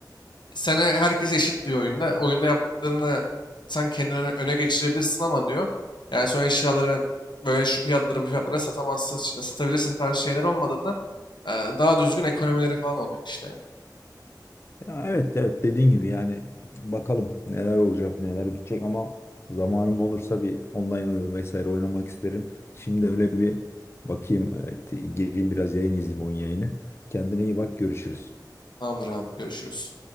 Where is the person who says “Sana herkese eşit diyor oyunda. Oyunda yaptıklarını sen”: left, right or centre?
Left